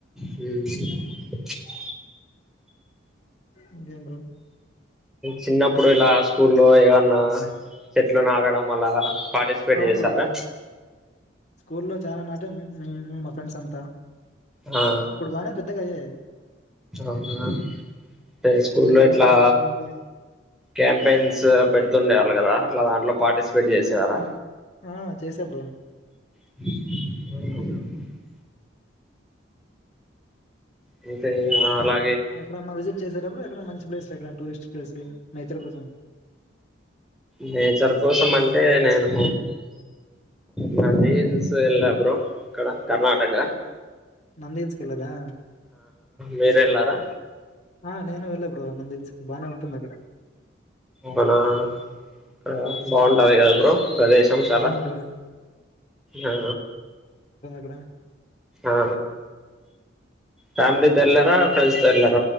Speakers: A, in the centre; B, on the left (about 35°).
A: ఉ
B: ఇంక ఏం బ్రో
A: చిన్నప్పుడు ఇలా స్కూల్లో ఏవన్నా చెట్లు నాటడం అలా పార్టిసిపేట్
B: అవును
A: చేసారా
B: బ్రో స్కూల్ లో చాలా న టం మా ఫ్రెండ్స్ అంతా
A: ఆ
B: ఇప్పుడు బానే పెద్దగా అయ్యాయి.
A: అవునా అంటే స్కూలో
B: రోజు వాటికి
A: ఇట్లా
B: మార్నింగ్
A: కాంపెయిన్స్ పెడితే చేస్తుండే కదా అట్లా దాంట్లో పార్టిసిపేట్ చేసేరా
B: ఆ చేసా బ్రో
A: <inaudible> అంతే అలా
B: ఎప్పుడన విజిట్ చేసారా బ్రో ఎక్కడన్నా మంచి ప్లేస్ ఎక్క టూరిస్ట్ ప్లేస్లు నేచర్ కోసం
A: నేచర్ కోసం అంటే నేను నదిల్స్ వెళ్ళా బ్రో ఇక్కడ కర్ణాటక
B: నంది హిల్స్ కెళ్ళారా
A: మీరేల్లారా
B: ఆ నేను వెళ్ళా బ్రో నంది హిల్స్ కీ బానే ఉంటుంది అక్కడ
A: మన ఇక్కడ బాగుంటంది
B: ఆ
A: కదా బ్రో ప్రదేశం చాలా
B: అవును బ్రో
A: ఆ
B: కడ
A: ఆ ఫ్యామిలీ తో ఎలారా ఫ్రెండ్స్ తో ఎలార